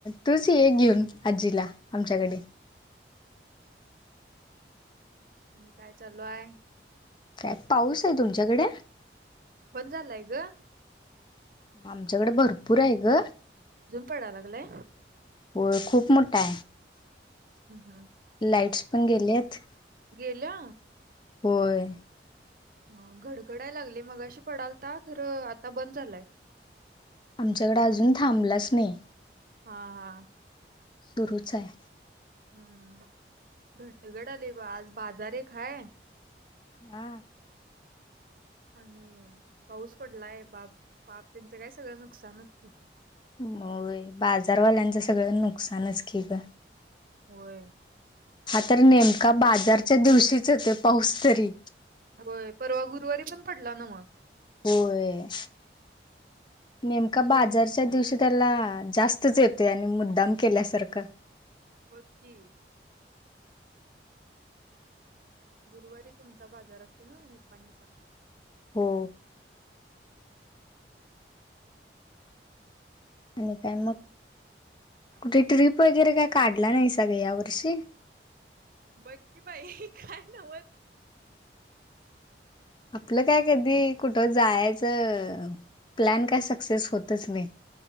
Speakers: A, on the left; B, on the right.
A: तूच ये घेऊन आजीला आमच्याकडे.
B: आणि काय चालू आहेय.
A: काय पाऊस आहे तुमच्याकडे.
B: बंद झालाय ग.
A: आम तच्याकडे भरपूर आहे ग.
B: पडा लागला.
A: हो खूप मोठा.
B: हम्म
A: लाईट्स पण गेलेत.
B: गेला.
A: होय.
B: ह घडघडाय लागलय मगाशी पडालता खर आता बंद झालाय.
A: आमच्याकडें अजून थांबलाच नाही.
B: हा हा.
A: सुरूच आहे.
B: हम्म गडगड ब आज बाजार एका हाय.
A: आ
B: आणि पाऊस पडलाय, पाप, पाप त्यांचं काय सगळं नुकसानच कि,
A: होय बाजारवाल्यांचं सगळं नुकसानच के ग.
B: होय
A: हा तर नेमका बाजारच्या दिवशीच हो ते पाऊस तरी
B: होय परवा गुरुवारी पण पडला नाव.
A: होय नेमका
B: गुरुवार
A: बाजारच्या दिवशी त्याला जास्तच येतो, आणि मुद्दाम केल्यासारखं.
B: बकी. गुरुवारी तुमचा बाजार असेल ना, निपणीचा
A: हो. आणि काय मग
B: काय
A: कुठे टिप वगैरे काय. काढला नाही सगळं या वर्षी.
B: बक्की बाई काय नवत.
A: आपलं काय कधी कुठं जायचं प्लॅन काय सक्सेस होतच नाही.